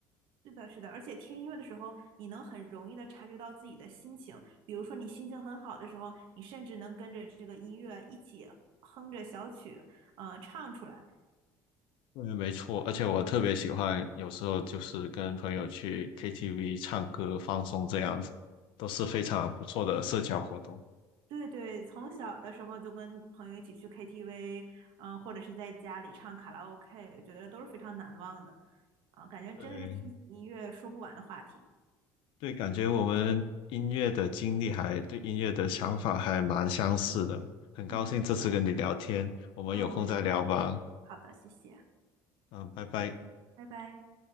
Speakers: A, on the right; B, on the left.
A: 是的，是的，而且听音乐的时候，你能很容易的察觉到自己的心情。比如说，你心情很好的时候，你甚至能跟着这个音乐一起哼着小曲，嗯、唱出来。
B: 嗯，没错。而且我特别喜欢，有时候就是跟朋友去 KTV 唱歌放松这样子，都是非常不错的社交活动。
A: 对对，从小的时候就跟朋友一起去 KTV，嗯、或者是在家里唱卡拉 OK，觉得都是非常难忘的。啊、感觉真的是提起音乐说不完的话题。
B: 对，对，感觉我们音乐的经历还对音乐的想法还蛮相似的，很高兴这次跟你聊天，
A: 嗯，是的，
B: 我们有空再聊吧。
A: 嗯，我也是好的，谢谢，
B: 嗯，拜拜。
A: 拜拜。